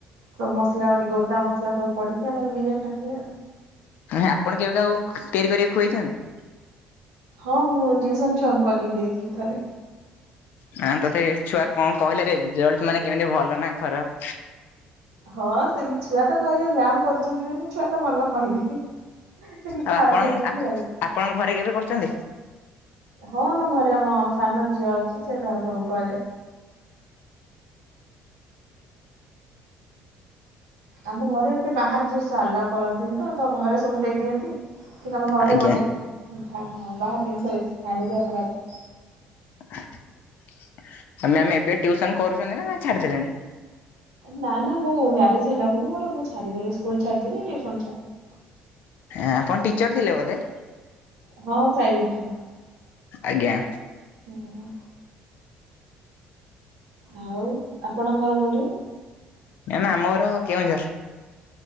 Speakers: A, on the right; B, on the left.
A: ସବୁ ମସଲା <inaudible> ଗୋଟା ମସଲା ସବୁ ପଡିକି ଆମର ବିରିୟାନୀ ଟା ହୁଏ ଆଉ।
B: ନାହିଁ ଆପଣ କେବେ କାହାକୁ ତିଆରି କରିବାକୁ ଖୁଏଇଚନ୍ତି?
A: ହଁ ମୁଁ ଟିଉସନ ଛୁଆଙ୍କୁ କରିକି ଦେଇଥିଲି ଥରେ।
B: ହଁ ତଥାପି ଛୁଆ କଣ କହିଲେ ରେ-ରେଜଲ୍ଟ ମାନେ କେମିତି ଭଲ ନା ଖରାପ?
A: ହଁ ସେମିତି ଛୁଆ ତ କହିବେ ମ୍ୟାାମ୍ କରିଚନ୍ତି ମାନେ ଛୁଆ ତ ଭଲ କହିବେ, ତେଣିକି
B: ଆଉ
A: ଖରାପ୍
B: ଆପଣ
A: ହେଇଥାଉ କି ଭଲ ହେଇଥାଉ।
B: ଆପଣଙ୍କ ଘରେ କେବେ କରିଛନ୍ତି?
A: ହଁ ଆମ ଘରେ ଆମ ସାନ ଝିଅ ଅଛି ସେ ତାର ସବୁ କରେ। ଆମ ଘରେ ଏତେ ବାହାରେ ଯିନିଷ ଆଲାଉ କରନ୍ତିନି ତ ଘରେ ସବୁ ଦେଇଦିଅନ୍ତି। କି ତମେ ଘରେ
B: ଆଜ୍ଞା
A: ବନେଇକି ହଁ ଖା ହଁ ବାହାର ଜିନିଷ ବେଶି ଖାଆନି ଦେହ ଖରାପ ହବ।
B: ଆ ମ୍ୟାମ୍ ଏବେ ଟିଉସନ କରୁଚନ୍ତି ନା ଛାଡିଦେଲେଣି?
A: ନା ନା ମୁଁ ମ୍ୟାରେଜ୍ ହେଲା ବୋଲି ମୋର ମୁଁ ଛାଡିଦେଲି ସ୍କୁଲ୍ ଛାଡିଦେଲି ଟିଉସନ ଛାଡିଦେଲି
B: ଏଁ ଆପଣ ଟିଚର ଥିଲେ ବୋଧେ
A: ହଁ ପ୍ରାଇଭେଟ୍ରରେ
B: ଆଜ୍ଞା
A: ହୁଁ ଆଉ ଆପଣଙ୍କ ଘର କୋଉଠି
B: ଆମ ଘର କେଉଁଝର